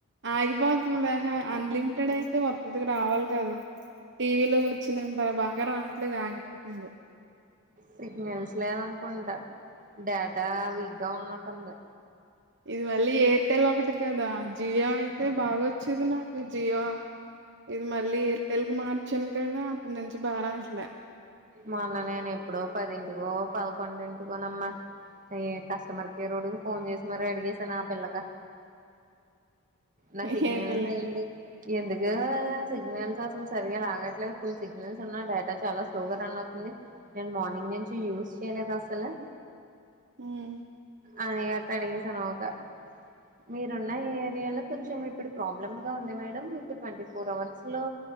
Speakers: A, on the right; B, on the right.
A: ఆగిపో బెహే అన్లిమిటెడ్ అయితే వత్తది రావాలి కదా టీవీలో వచ్చినంత బాగా రావట్లేదు ఆగిపోతుంది.
B: సిగ్నల్స్ లేవ్ అనుకుంటా డేటా వీక్ గా ఉన్నటుంది.
A: ఇది మళ్ళీ ఎయిర్టెల్ ఒకటి కదా జియో అయితే బాగొచ్చేది నాకు జియో ఇది మళ్ళీ ఎయిర్టెల్ కి మార్చాను కదా అప్పటి నుంచి బాగరాట్లే
B: మొన్న నేను ఎప్పుడో పదింటికో పదకొండింటికోనమ్మా అయ్య కస్టమర్ కేర్ ఒడుకు ఫోన్ చేసి మరి అడిగేసాను ఆపు కోలేక
A: <inaudible>
B: నా సిగ్నల్
A: ఏ పిల్లకి
B: అయింది ఎందుకు సిగ్నల్స్ అసలు సరిగా లాగట్లేదు ఫుల్ సిగ్నల్స్ ఉన్న డేటా చాలా స్లోగా రన్ అవుతుంది నేను మార్నింగ్ నుంచి యూస్ చేయలేదు అసలు
A: ఉమ్
B: అని అట్ట అడిగేసా ఊగా మీరున్న ఈ ఏరియాలో కొంచెం ఇప్పుడు ప్రాబ్లమ్ గా ఉంది మేడం మీకు ట్వంటీ ఫోర్ అవర్స్ లో